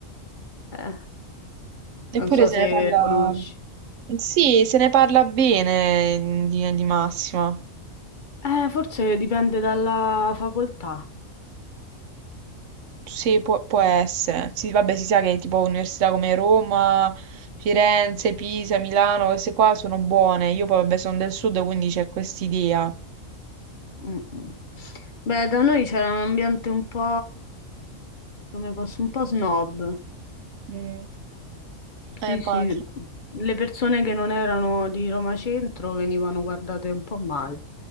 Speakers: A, on the left (about 45°); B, on the right (about 70°).
A: eh,
B: Eppure
A: non so
B: se
A: se
B: ne parla...
A: conosci.
B: Sì, se ne parla bene in linea di massima.
A: Eh, forse dipende dalla facoltà.
B: Sì, può, può essere. Sì, vabbè, si sa che tipo università come Roma, Firenze, Pisa, Milano, queste qua sono buone. Io poi vabbè sono del sud, quindi c'è quest'idea.
A: Mm, mm. Beh, da noi c'era un ambiente un po', come posso, un po' snob.
B: Mm. Eh,
A: Sì,
B: immagino.
A: sì, le persone che non erano di Roma Centro venivano guardate un po' male.